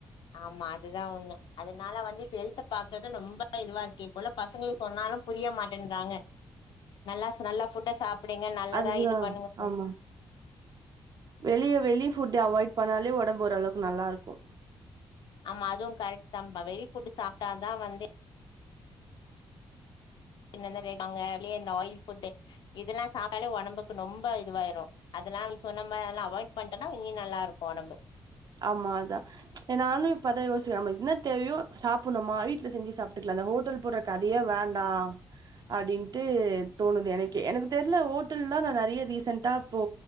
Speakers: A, on the left; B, on the right.
A: ஆமா அதுதா உண்ம அதுனால வந்து இப்ப ஹெல்த்த பாக்குற்த ரொம்ப இதுவா இருக்கு இப்பொல்லா பசங்களே சொன்னா புரிய மாட்டேன்றாங்க நல்லா ச நல்லா ஃபுட்ட சாப் புடுங்க நல்லதா
B: அதுதா
A: இது பண்ணுங்க சொ
B: ஆமா வெளிய வெளி ஃபுட்டு அவாய்ட் பண்ணாலே ஒடம்பு ஒரு அளவுக்கு நல்லாருக்கு
A: ஆமா அதுவு கரெக்ட் தாம்பா வெளி ஃபுட்டு சாப்ட்டாதா வந்து இந்தந்த ரே அங்க வெளிய இந்த ஆயில் ஃபுட்டு இதெல்லா சாப்டாலே ஒடம்புக்கு நொம்ப இதுவாயிரு அது இதெல்லா நீ சொன்ன மாரிலா அவாய் பண்டனா இனி நல்லாருக்கு ஒடம்பு
B: ஆமா அதா நானு இப்ப அதா யோசிக்ற நம்ப இன்ன தேவையோ சாப்புண்ணுமா வீட்ல செஞ்சி சாப்ட்டுக்லா அந்த ஓட்டல் போற கதையே வேண்டா அப்டின்ட்டு தோணுது எனக்கே எனக்கு தெர்ல ஓட்டல்லா நா நெறியா ரீசென்டா இப்போ